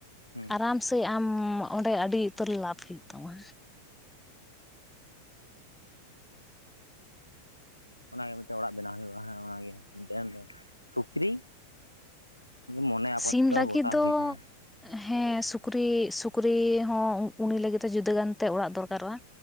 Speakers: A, on the left; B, in the centre.
A: ᱦᱩᱸ
B: ᱟᱨᱟᱢ ᱥᱮ ᱟᱢ ᱚᱸᱰᱮ ᱟᱹᱰᱤ ᱩᱛᱟᱹᱨ ᱞᱟᱵᱷ ᱦᱩᱭᱩᱜ ᱛᱟᱢᱟ᱾
A: ᱚᱱᱟᱜᱮ ᱢᱤᱫᱴᱮᱱ ᱚᱲᱟᱜ ᱵᱮᱱᱟᱣ ᱦᱩᱭᱩᱜ-ᱟ ᱦᱮᱸ ᱚᱱᱟᱜᱮ ᱢᱤᱫᱴᱮᱱ ᱥᱩᱠᱨᱤ ᱢᱚᱱᱮ ᱟᱯᱟᱛᱚ
B: ᱥᱤᱢ
A: ᱛᱚ
B: ᱞᱟᱹᱜᱤᱫ
A: ᱜᱚᱴᱟ
B: ᱫᱚ
A: ᱦᱩᱭ ᱟᱠᱟᱱᱟ᱾
B: ᱦᱮᱸ ᱥᱩᱠᱨᱤ ᱥᱩᱠᱨᱤ ᱦᱚᱸ ᱩᱱᱤ ᱞᱟᱹᱜᱤᱫ ᱡᱩᱫᱟᱹ ᱜᱟᱱᱛᱮ ᱚᱲᱟᱜ ᱫᱚᱨᱠᱟᱨᱚᱜ-ᱟ